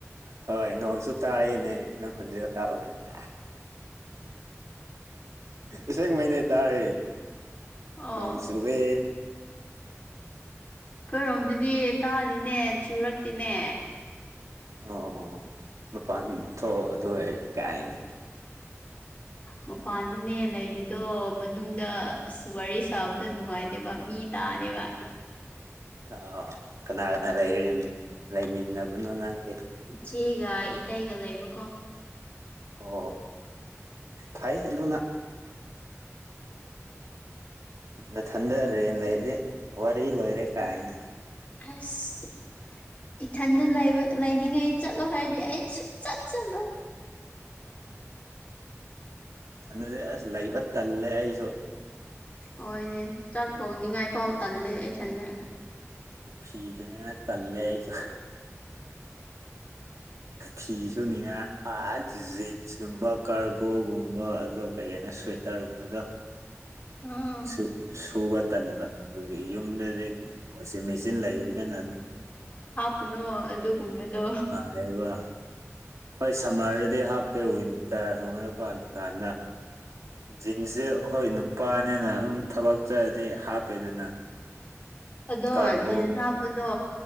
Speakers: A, on the right (about 85°); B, on the left (about 25°).
A: ꯍꯣꯏ ꯅꯣꯡꯁꯨ ꯇꯥꯏꯅꯦ ꯅꯪ ꯈꯨꯟꯖꯒ ꯇꯥ ꯀꯥꯏꯗ ꯑꯁꯦꯡꯃꯩꯅꯦ ꯇꯥꯔꯥ
B: ꯑꯣ
A: ꯅꯣꯡ ꯆꯨꯋꯦ
B: ꯑꯩꯈꯣꯏꯔꯣꯝꯗꯗꯤ ꯇꯥꯗꯤꯅꯦ ꯆꯨꯔꯛꯇꯤꯅꯦ
A: ꯑꯣ ꯃꯄꯥꯟ ꯊꯣꯛ ꯑꯗꯨ ꯑꯣꯏꯔꯦ ꯀꯥꯏꯅ
B: ꯃꯄꯥꯟꯗꯨꯅꯦ ꯂꯩꯔꯤꯗꯣ ꯃꯅꯨꯡꯗ ꯑꯁ ꯋꯥꯔꯤ ꯁꯥꯕꯗ ꯅꯨꯡꯉꯥꯏꯇꯦꯕ ꯃꯤ ꯇꯥꯅꯦꯕ
A: ꯑ ꯀꯅꯥ ꯀꯅꯥ ꯂꯩ ꯂꯩꯃꯤꯟꯅꯕꯅꯣ ꯅꯪꯗꯤ
B: ꯏꯆꯦꯒ ꯏꯇꯩꯒ ꯂꯩꯕꯀꯣ
A: ꯑꯣ ꯐꯩ ꯑꯗꯨꯅ ꯅꯥꯊꯟꯗ ꯔꯦꯟ ꯂꯩꯔꯦ ꯋꯥꯔꯤ ꯂꯣꯏꯔꯦ ꯀꯥꯏꯅ
B: ꯍꯩꯁ ꯏꯊꯟꯗ ꯂꯩꯕ ꯂꯩꯅꯤꯡꯉꯥꯏ ꯆꯠꯂꯣ ꯍꯥꯏꯔꯗꯤ ꯑꯩ ꯁꯨꯡꯆꯠ ꯆꯠꯂꯣꯏ
A: ꯑꯗꯨꯗꯤ ꯑꯁ ꯂꯩꯕ ꯇꯜꯂꯦ ꯑꯩꯁꯨ
B: ꯍꯣꯏꯅꯦ ꯆꯥꯛ ꯊꯥꯡꯅꯤꯡꯉꯥꯏ ꯐꯥꯎ ꯇꯜꯂꯦ ꯏꯊꯟꯗ
A: ꯐꯤ ꯇꯜꯂꯦ ꯑꯩꯁꯨ
B: <inaudible>
A: ꯐꯤ ꯁꯨꯅꯤꯡꯉꯥꯏ ꯑꯥꯠ ꯖꯤꯟꯁꯀꯨꯝꯕ ꯀꯥꯔꯒꯣꯒꯨꯝꯕ ꯑꯗꯣ ꯀꯩꯒꯩꯅꯅꯣ ꯁ꯭ꯋꯦꯇꯔꯒꯨꯝꯕꯗꯣ
B: ꯎꯝ
A: ꯁ ꯁꯨꯕ ꯇꯟꯕ ꯑꯗꯨꯒꯤ ꯌꯨꯝꯗꯗꯤ ꯋꯥꯁꯤꯡ ꯃꯦꯆꯤꯟ ꯂꯩꯕꯅꯤꯅ
B: ꯀꯅꯣ ꯑꯗꯨꯒꯨꯝꯕꯗꯣ
A: ꯑꯗꯨꯒꯕ ꯍꯣꯏ ꯁꯝꯃꯔꯗꯨꯗꯤ ꯍꯥꯞꯇꯦ ꯋꯤꯟꯇꯔ ꯈꯕꯗꯀꯣ ꯀꯥꯟꯗ ꯖꯤꯟꯁꯁꯦ ꯍꯣꯏ ꯅꯨꯄꯥꯅꯤꯅ ꯑꯗꯨꯝ ꯊꯕꯛ ꯆꯔꯗꯤ ꯍꯥꯞꯄꯦꯗꯅ
B: ꯑꯗꯣ
A: ꯀꯥꯔꯒꯣ
B: ꯖꯤꯟꯁ ꯍꯥꯞꯄꯗꯣ